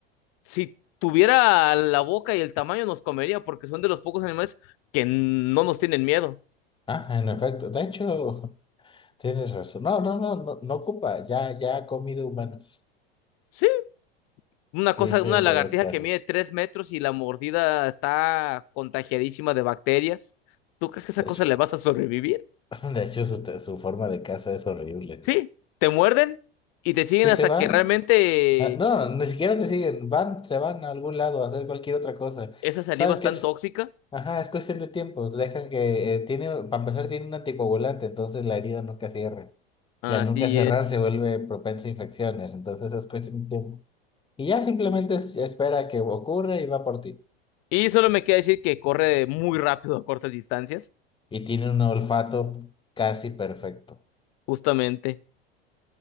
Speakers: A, on the left (about 50°); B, on the left (about 15°).
A: si tuviera la boca y el tamaño, nos comería, porque son de los pocos animales que no nos tienen miedo.
B: Ah, en efecto, de hecho, <laughs> tienes razón. No, no, no, no, no ocupa, ya, ya ha comido humanos.
A: Sí, Una
B: Sí,
A: cosa,
B: se
A: una
B: han
A: lagartija
B: dado casos.
A: que mide tres metros y la mordida está contagiadísima de bacterias. ¿Tú crees que a esa
B: De
A: cosa
B: hecho,
A: le vas a sobrevivir?
B: <laughs> de hecho su, te- su forma de caza es horrible.
A: Sí, te muerden y te siguen
B: Y
A: hasta
B: se van.
A: que realmente
B: Ah, No, ni siquiera te siguen, van, se van a algún lado a hacer cualquier otra cosa.
A: esa saliva
B: Saben
A: es
B: que
A: tan
B: es,
A: tóxica.
B: ajá, es cuestión de tiempo. Dejan que, eh, tiene, para empezar, tiene un anticoagulante, entonces la herida nunca cierra.
A: Así
B: Y al nunca cerrar
A: es.
B: se vuelve propensa a infecciones, entonces es cuestión de tiempo. Y ya simplemente es- espera que ocurra y va por ti.
A: Y solo me queda decir que corre muy rápido a cortas distancias,
B: Y tiene un olfato casi perfecto.
A: justamente.